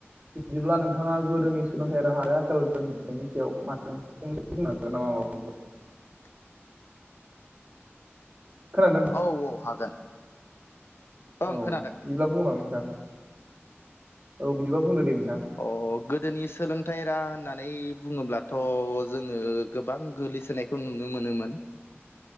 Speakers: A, on the right (about 35°); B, on the left (about 60°).
A: बिदिब्ला नोंथाङा गोदोनि सोलोंथाइ राहा आरो आथिखालनि बेनायनि सायाव माने से बुंनो हागोन नामा माबाफोर
B: <unintelligible>
A: खोनादों ना
B: औ औ हागोन। ओं
A: औ
B: खोनादों
A: बिब्ला बुंलाय नोंथां। औ बिदिबा बुंदो दे नोंथां
B: अ गोदोनि सोलोंथाइ राहा होननानै बुङोब्लाथ' जोङो गोबां गोग्लैसोनाय। खौ नुनो मोनोमोन